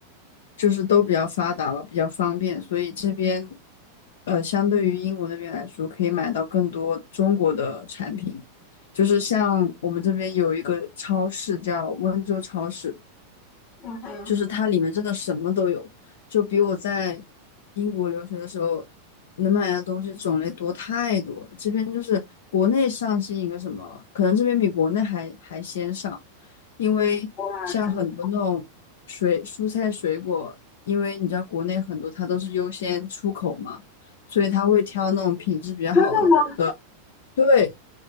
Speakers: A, on the left; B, on the left.
A: 就是都比较发达了，比较方便，所以这边呃，相对于英国那边来说，可以买到更多中国的产品。就是像我们这边有一个超市叫温州超市，
B: 嗯哼，
A: 就是它里面真的什么都有，就比我在英国留学的时候能买的东西种类多太多了。这边就是国内上新一个什么，可能这边比国内还还先上，因为像很多那种水蔬菜水果，
B: 哇，这么
A: 因为你知道国内很多它都是优先出口嘛，所以他会挑那种品质比较好的。
B: 真的吗？
A: 对，